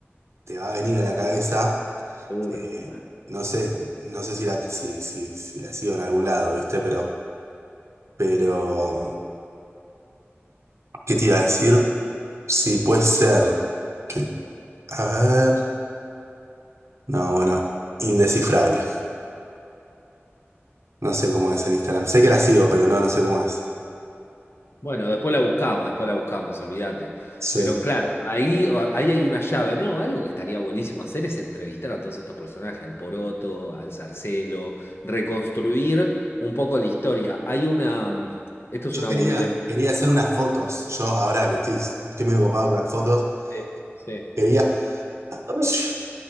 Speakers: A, on the right (about 80°); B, on the left (about 60°).
A: te va a venir a la cabeza.
B: seguro.
A: eh,
B: Eh.
A: no sé, no sé si la, si, si, si la sigo en algún lado, ¿viste? Pero, pero, ¿qué te iba a decir? Sí, puede ser. Que, a ver. No, bueno, indescifrable. No sé cómo es en Instagram. Sé que la sigo, pero no, no sé cómo es.
B: Bueno, después la buscamos, después la buscamos, olvídate.
A: Sí.
B: Pero claro, ahí, ahí hay una llave, ¿no? Algo que estaría buenísimo hacer es entrevistar a todos estos personajes, al Poroto, al Zarcelo, reconstruir un poco la historia. Hay una, mm, esto
A: Yo
B: es una
A: quería,
B: boludez.
A: quería hacer unas fotos. Yo ahora que estoy, estoy medio ocupado con las fotos,
B: Sí, sí,
A: quería. <coughs>